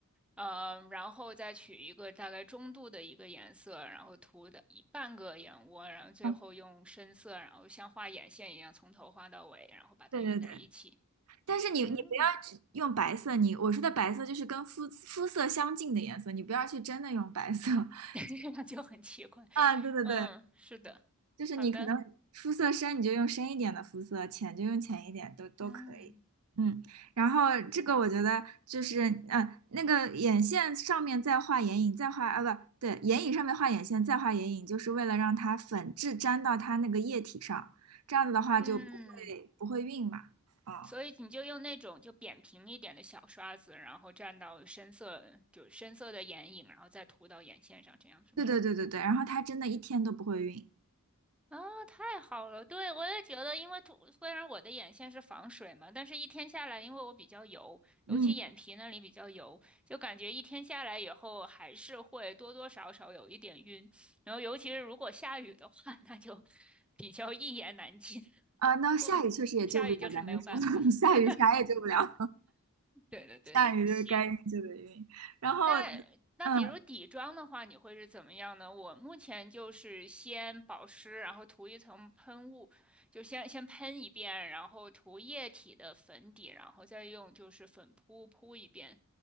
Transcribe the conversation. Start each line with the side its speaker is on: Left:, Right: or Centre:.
Centre: 呃，然后再取一个大概中度的一个颜色，然后涂的一半个眼窝，然后最后用深色，
Right: 嗯，
Centre: 然后像画眼线一样从头画到尾，然后把它晕在一起。
Right: 对对对，但是你你不要只用白色，
Centre: 嗯，
Right: 你我说的白色就是跟肤肤色相近的颜色，你不要去真的用白色。<laughs>
Centre: <laughs> 这样就很奇怪。
Right: 啊，对对对。
Centre: 嗯，是的，
Right: 就是你可能肤色深，
Centre: 好的，
Right: 你就用深一点的肤色，浅就用浅一点，都都可以。
Centre: 嗯
Right: 嗯，然后这个我觉得就是，呃，那个眼线上面再画眼影，再画啊不对，眼影上面画眼线，再画眼影，就是为了让它粉质粘到它那个液体上，这样子的话就不会不会晕嘛。
Centre: 嗯，
Right: 啊、
Centre: 所以你就用那种就扁平一点的小刷子，然后蘸到深色，就深色的眼影，然后再涂到眼线上，这样是吗？
Right: 对对对对对，然后它真的一天都不会晕。
Centre: 啊、太好了！对，我也觉得，因为涂，虽然我的眼线是防水嘛，但是一天下来，因为我比较油，尤其眼皮那里比较油，
Right: 嗯，
Centre: 就感觉一天下来以后还是会多多少少有一点晕，然后尤其是如果下雨的话，那就比较一言难尽。
Right: 啊、那下雨确实也救不了，
Centre: 不过下雨就是没有办法。
Right: 咱这说 <laughs> 下雨啥也救不了，
Centre: <laughs> 对的，对的。
Right: 下雨就是该晕就得晕。
Centre: 行，
Right: 然后，
Centre: 那那比如底妆的话，
Right: 嗯。
Centre: 你会是怎么样呢？我目前就是先保湿，然后涂一层喷雾，就先先喷一遍，然后涂液体的粉底，然后再用就是粉扑扑一遍，